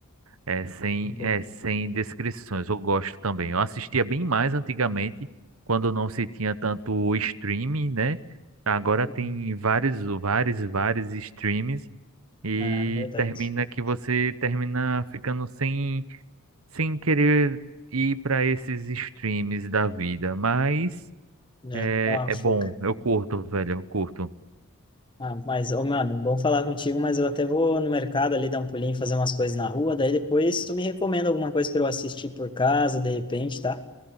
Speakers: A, on the right; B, on the left.
A: é sem,
B: Bom.
A: é sem descrições. Eu gosto também. Eu assistia bem mais antigamente, quando não se tinha tanto streaming, né? Agora
B: Uhum.
A: tem vários, vários, vários streams e
B: É, verdade.
A: termina que você termina ficando sem, sem querer ir para esses streams da vida. Mas.
B: É,
A: É,
B: dá uma
A: é
B: fuga.
A: bom, eu curto, velho, eu curto.
B: Ah, mas, ô, mano, bom falar contigo, mas eu até vou no mercado ali dar um pulinho, fazer umas coisas na rua, daí depois tu me recomenda alguma coisa para eu assistir por casa, de repente, tá?